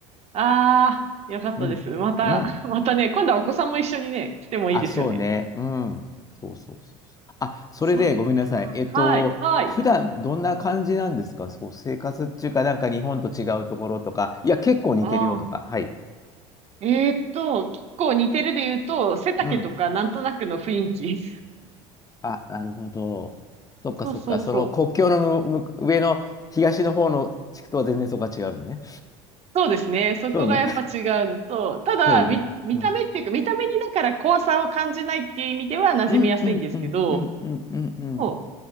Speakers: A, on the right (about 45°); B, on the left (about 25°).
A: ああ、よかったです。
B: うん。
A: また、
B: うん。
A: またね、今度はお子さんも一緒にね、来てもいいですよね。
B: あ、そうね。うん。そうそうそうそう。あ、それでごめんなさい。
A: そっか。
B: えっと、
A: はい。はい。
B: 普段どんな感じなんですかそう、生活っていうか、なんか日本と違うところとか、いや、結構似てるよとか、
A: ああ。
B: はい。
A: えーっと、結構似てるで言うと、背丈とかなんとなくの雰囲気。
B: うん。あ、なるほど。そっかそっか。
A: そうそうそう。
B: その国境のむむ上の東の方の地区とは全然そこが違うよね。
A: そうですね。
B: <laughs>
A: そこがやっぱ違うのと、
B: そうね。
A: ただ、
B: そうね。
A: 見、見た目っていうか、
B: うん。
A: 見た目にだから怖さを感じないっていう意味では馴染みやすいんですけど、
B: うんうんうんうんうんうんうん。
A: もう、